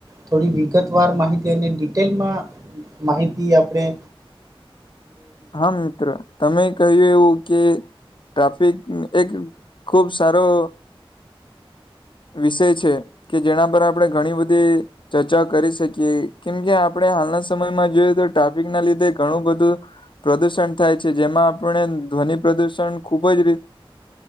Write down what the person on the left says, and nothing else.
હા મિત્ર તમે કહ્યું એવું કે ટ્રાફિક એક ખુબ સારો. વિષય છે કે જેના પર આપણે ઘણી બધી ચર્ચા કરી શકીએ કેમ કે આપણે હાલના સમયમાં જોયએ તો ટ્રાફિક ના લીધે ઘણું બધું. પ્રદૂષણ થાય છે. જેમાં આપણે ધ્વનિ પ્રદુષણ ખુબ જ રીતે